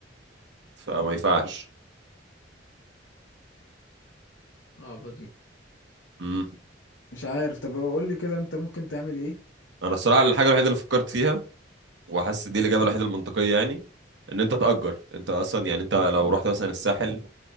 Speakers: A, on the right; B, on the left.
A: فما ينفعش
B: صعبة دي
A: امم
B: مش عارف طب قول لي كده انت ممكن تعمل ايه
A: انا الصراحه الحاجه الوحيده اللي فكرت فيها وحاسس دي الاجابه الوحيده المنطقيه يعني ان انت تاجر انت اصلا يعني انت لو رحت مثلا الساحل